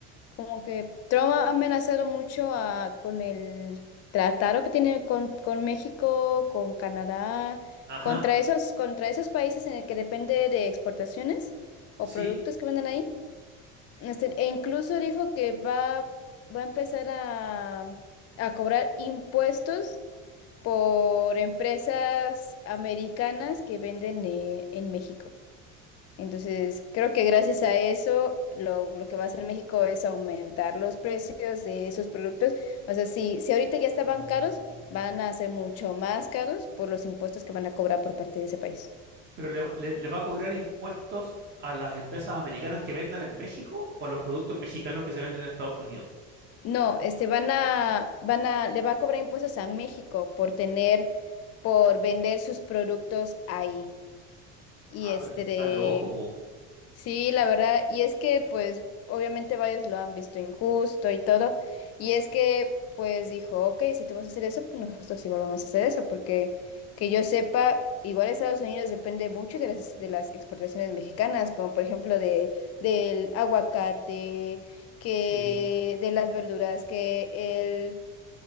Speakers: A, on the left; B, on the right.
A: Como que Trump ha amenazado mucho a, con el tratado que tiene con, con México, con Canadá,
B: Ajá,
A: contra esos, contra esos países en el que depende de exportaciones o
B: sí.
A: productos que venden ahí. Este, e incluso dijo que va, va a empezar a, a cobrar impuestos por empresas americanas que venden eh, en México. Entonces, creo que gracias a eso, lo, lo que va a hacer México es aumentar los precios de esos productos. O sea, si, si ahorita ya estaban
B: Ah.
A: caros, van a ser mucho más caros por los impuestos que van a cobrar por parte de ese país.
B: Pero le, va le- le va a cobrar impuestos a las empresas americanas que vendan en México o a los productos mexicanos que se venden en Estados Unidos.
A: No, este, van a, van a, le va a cobrar impuestos a México por tener, por vender sus productos ahí.
B: Ah,
A: Y este
B: pero está
A: de,
B: loco, po.
A: Sí, la verdad, y es que pues obviamente varios lo han visto injusto y todo, y es que pues dijo, ok, si tú vas a hacer eso, pues nosotros igual vamos a hacer eso, porque que yo sepa, igual Estados Unidos depende mucho de las, de las exportaciones mexicanas, como por ejemplo de, del aguacate, que
B: Sí.
A: de las verduras, que el